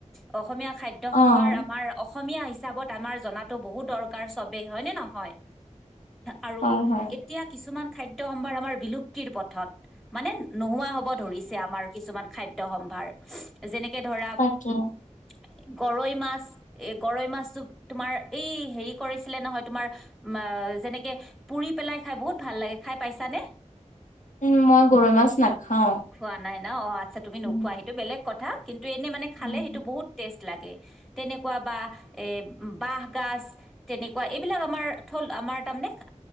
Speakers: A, in the centre; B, on the left.
A: অ অসমীয়া খাদ্য
B: অ',
A: সম্ভাৰ আমাৰ অস অসমীয়া হিচাপত আমাৰ জনাতো বহুত দৰকাৰ চবেই হয়নে নহয় আৰু
B: হয়, হয়,
A: এতিয়া কিছুমান, খাদ্য সম্ভাৰ আমাৰ বিলুপ্তিৰ পথত, মানে নোহোৱা হব ধৰিছে আমাৰ কিছুমান খাদ্য সম্ভাৰ যেনেকে ধৰা উ
B: তাকে।
A: গৰৈ মাছ এ গৰৈ মাছটো তোমাৰ এই হেৰি কৰিছিলে নহয় তোমাৰ মা যেনেকে পুৰি পেলাই খাই বহুত ভাল লাগে খাই পাইছানে
B: উম মই গৰৈ মাছ নাখাওঁ।
A: খোৱা নাই ন অ আচ্ছা তুমি
B: উম,
A: নোখোৱা সেইটো বেলেগ কথা কিন্তু ত এনে মানে খালে
B: উম,
A: সেইটো বহুত টেষ্ট লাগে তেনেকুৱা বা এ বাহ গাজ তেনেকুৱা এইবিলাক আমাৰ থল আমাৰ তাৰ নে,